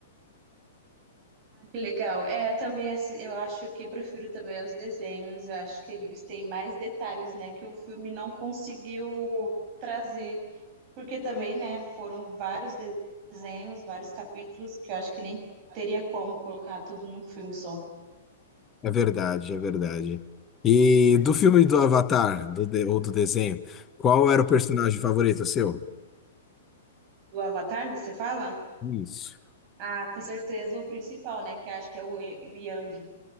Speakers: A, on the right; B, on the left.
A: Que legal. É, também assi- eu acho que prefiro também os desenhos, eu acho que eles têm mais detalhes, né, que o filme não conseguiu trazer, porque também, né, foram vários de- desenhos, vários capítulos que eu acho que nem teria como colocar tudo num filme só.
B: É verdade, é verdade. E do filme do Avatar, do de- ou do desenho, qual era o personagem favorito seu?
A: Do Avatar, você fala?
B: Isso.
A: Ah, com certeza o principal, né, que acho que é o Ye- o Yang.